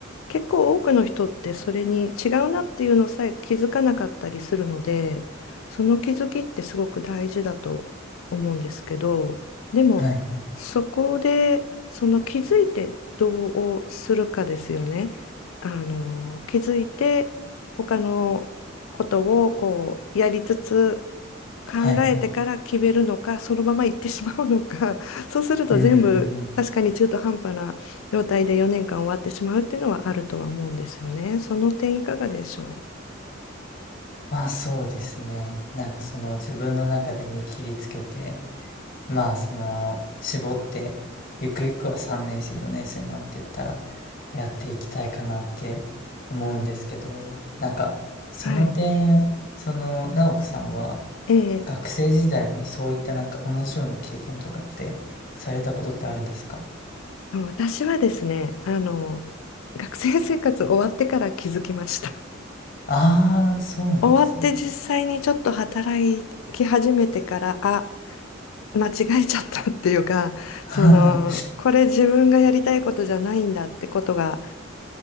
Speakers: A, on the left; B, on the left.
A: 結構多くの人ってそれに違うなっていうのさえ気づかなかったりするので、その気づきってすごく大事だと思うんですけど、でもそこでその気づいてどうするかですよね。
B: はいはい。
A: あの、気づいて他のことをこうやりつつ考えてから決めるのか、
B: はいはい。
A: そのまま行ってしまうのか、そうすると全部確かに中途半端な状態で4年間終わってしまうっていうのはあるとは思うんですよね。
B: うんうんうん。
A: その点いかがでしょ
B: まあそうですね。なんかその自分の中で見切りつけて、まあ、その、絞って、ゆくゆくは3年生、4年生になっていったら、やっていきたいかなって思うんですけど、なんか、その点、
A: う。はい。
B: その、直子さんは、
A: ええ
B: 学生時代にそういったなんか同じような経験とかって、されたことってあるんですか
A: 私はですね、あの、学生生活終わってから気づきました。
B: ああー、そうなんですね。
A: <laughs> 終わって実際にちょっと働き始めてから、あ、間違えちゃったっていうか、その、
B: <laughs> は
A: これ自分がやりたいことじゃないんだってことが